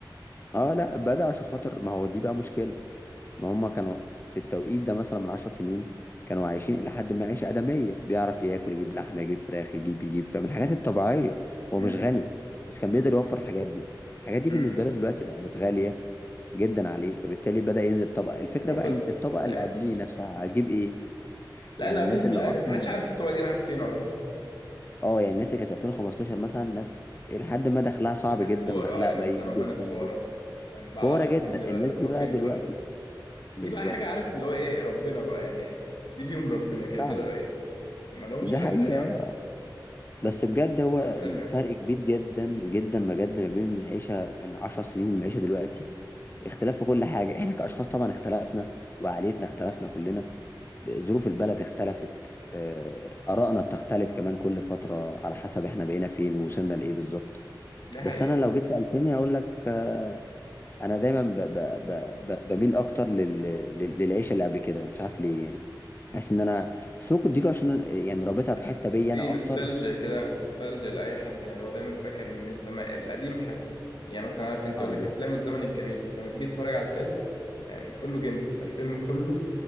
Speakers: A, on the left; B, on the left.
A: اه لا بدأ عشان خاطر ما هو دي بقى مشكلة ما هم كانوا في التوقيت ده مثلا من عشر سنين كانوا عايشين إلى حد ما عيشة آدمية بيعرف ياكل يجيب لحمة يجيب فراخ يجيب يجيب فمن الحاجات الطبيعية هو
B: امم
A: مش غني بس كان بيقدر يوفر الحاجات دي الحاجات دي
B: امم
A: بالنسبة له دلوقتي بقت غالية جدا عليه فبالتالي بدأ ينزل طبقة الفكرة
B: هو
A: بقى
B: بس
A: إن الطبقة
B: زي
A: اللي
B: ما
A: قبليه نفسها هتجيب إيه
B: لا
A: يعني
B: اللي قبليه
A: الناس
B: دي
A: اللي
B: مش عارف
A: أصلا
B: محدش عارف الطبقه دي راحت فين عموما
A: اه يعني الناس اللي كانت 2015 مثلا ناس لحد ما دخلها صعب
B: كان
A: جدا
B: فقراء
A: ودخلها
B: اه يعني
A: قليل
B: مثلا هم
A: جدا
B: ناس فقراء
A: جدا
B: اصلا يعني بعد
A: فورة
B: 10
A: جدا
B: سنين دلوقتي
A: الناس
B: هم
A: دي بقى
B: فين
A: دلوقتي
B: دلوقتي
A: بالظبط
B: دي بقى حاجه عارف اللي هو ايه ربنا بقى يعني دي ليهم ربنا كده
A: فاهمة
B: كده بقى ايه ما لهمش
A: ده
B: حد
A: حقيقة
B: تاني اصلا
A: بس بجد
B: يعني،
A: هو الفرق
B: ربنا الحيوان
A: كبير جدا جدا بجد ما بين العيشة من عشر سنين للعيشة دلوقتي اختلاف في كل حاجة احنا كأشخاص طبعا اختلفنا وعقليتنا اختلفنا كلنا ظروف البلد اختلفت آه، آرائنا بتختلف كمان كل فترة على حسب احنا بقينا فين ووصلنا لإيه بالظبط
B: ده
A: بس
B: حقيقه
A: أنا لو جيت سألتني هقول لك آه، أنا دايما ب ب ب ب بميل أكتر لل لل- للعيشة اللي قبل كده مش عارف ليه يعني بحس إن أنا بس ممكن دي عشان يعني رابطها
B: لا
A: بحتة بيا
B: دي
A: أنا
B: نوستالجيا
A: أكتر
B: كده نوستالجيا لأي حد يعني هو دايما فاكر إن الزمان القديم حلو يعني مثلا عارف أنت
A: اه
B: يقول لك
A: ده
B: أفلام الزمن الجميل بس لما تيجي تتفرج على الفيلم يعني كله جنس الفيلم كله